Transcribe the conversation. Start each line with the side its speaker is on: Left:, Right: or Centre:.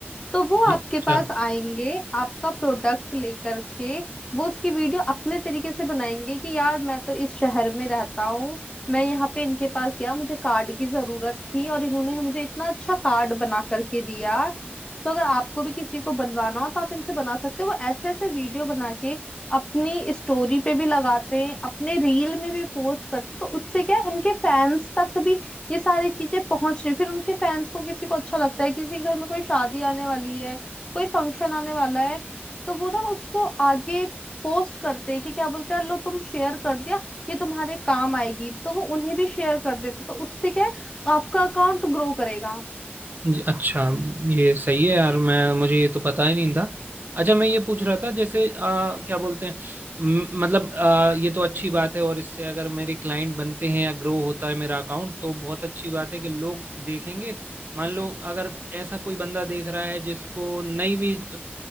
Left: तो वो
Right: ये-
Left: आपके
Right: अच्छा
Left: पास आएंगे आपका प्रोडक्ट लेकर के वो उसकी वीडियो अपने तरीके से बनाएंगे कि यार मैं तो इस शहर में रहता हूँ मैं यहाँ पे इनके पास गया मुझे कार्ड की जरूरत थी और इन्होंने मुझे इतना अच्छा कार्ड बना करके दिया तो अगर आपको भी किसी को बनवाना हो तो आप इनसे बना सकते हो वो ऐसे ऐसे वीडियो बना के अपनी स्टोरी पे भी लगाते हैं अपने रील में भी पोस्ट करते हैं तो उससे क्या है उनके फैंस तक भी ये सारी चीजें पहुंच रही फिर उनके फैंस को किसी को अच्छा लगता है किसी के घर में कोई शादी आने वाली है कोई फंक्शन आने वाला है तो वो ना उसको आगे पोस्ट करते हैं कि क्या बोलते हैं लो तुम शेयर कर दिया ये तुम्हारे काम आएगी तो वो उन्हें भी शेयर कर देते तो उससे क्या है आपका अकाउंट ग्रो करेगा
Right: जी, अच्छा ये सही है यार मैं मुझे ये तो पता ही नहीं था अच्छा मैं ये पूछ रहा था जैसे आ, क्या बोलते हैं म- मतलब आ, ये तो अच्छी बात है और इससे अगर मेरे क्लाइंट बनते हैं या ग्रो होता है मेरा अकाउंट तो बहुत अच्छी बात है कि लोग देखेंगे मान लो अगर ऐसा कोई बंदा देख रहा है जिसको नहीं भी